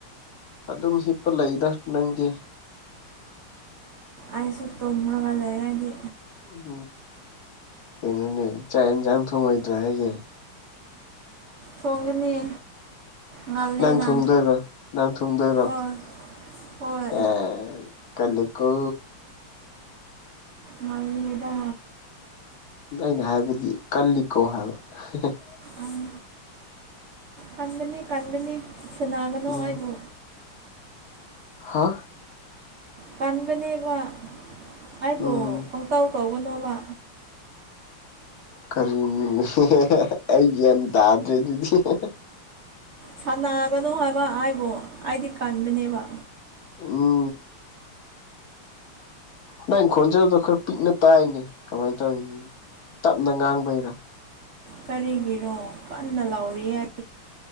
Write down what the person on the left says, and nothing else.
ꯑꯗꯨꯝ ꯍꯤꯞꯄ ꯂꯩꯗ ꯅꯪꯗꯤ
ꯎꯝ ꯀꯩꯅꯣꯅꯦ ꯆꯥꯛ ꯌꯦꯟꯁꯥꯡ ꯊꯣꯡꯉꯣꯏꯗ꯭ꯔꯣ ꯍꯥꯏꯁꯦ
ꯅꯪ ꯊꯣꯡꯗꯣꯏꯔꯣ ꯅꯪ ꯊꯣꯡꯗꯣꯏꯔꯣ
ꯁꯦꯁ ꯀꯜꯂꯤꯀꯣ
ꯑꯩꯅ ꯍꯥꯏꯕꯗꯤ ꯀꯜꯂꯤꯀꯣ ꯍꯥꯏꯕ <unintelligible>
ꯎꯝ
ꯍꯥ꯫
ꯎꯝ
ꯀꯔꯤ <unintelligible> ꯑꯩ ꯒ꯭ꯌꯥꯟ ꯇꯥꯗ꯭ꯔꯦ ꯑꯗꯨꯗꯤ <unintelligible>
<unintelligible> ꯅꯪꯪ ꯈꯣꯟꯖꯦꯜꯗꯣ ꯈꯔ ꯄꯤꯛꯅ ꯇꯥꯏꯅꯦ ꯀꯃꯥꯏꯅ ꯇꯧꯔꯤꯅꯣ ꯇꯞꯅ ꯉꯥꯡꯕꯩꯔꯥ꯫